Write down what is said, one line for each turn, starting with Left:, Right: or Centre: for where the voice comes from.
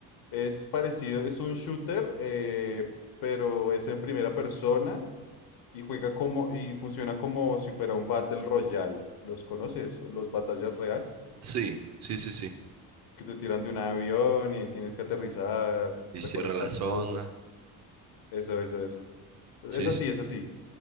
Left: es parecido, es un shooter, eh, pero es en primera persona y juega como y funciona como si fuera un Battle Royale. ¿Los conoces? Los batallas real,
Right: Sí, sí, sí, sí.
Left: que te tiran de un avión y ahí tienes que aterrizar,
Right: Y
Left: recolectar
Right: cierra la zona.
Left: cosas. Eso, eso, eso. Es
Right: Sí,
Left: así,
Right: sí.
Left: es así.